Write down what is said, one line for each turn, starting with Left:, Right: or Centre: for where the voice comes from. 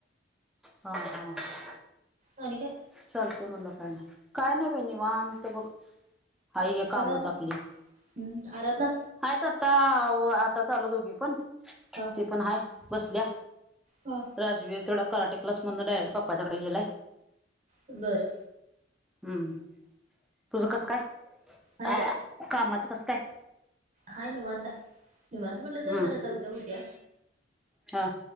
Centre: हा. <unintelligible> <inaudible>
Right: आणि काय?
Centre: चालतय म्हणलं काय नाही, काय नाही बाई निवांत बघ. हाय हे कामच
Right: आराधना
Centre: आपली
Right: हम्म आराधना
Centre: आहेत आता, आताच आलो दोघी पण,
Right: हा
Centre: ती पण हाय बसल्या.
Right: हा
Centre: राजवीर तेवढा, कराटी क्लास डायरेक्ट पप्पांच्या कडे गेलाय.
Right: बरं.
Centre: हम्, तुझं कसं काय?
Right: हाय
Centre: अ
Right: बाई
Centre: कामाचं कस काय
Right: हाय निवांत हाय, निवांत म्हटलं
Centre: हम्म
Right: तर जरा धगधग होत्या.
Centre: हा,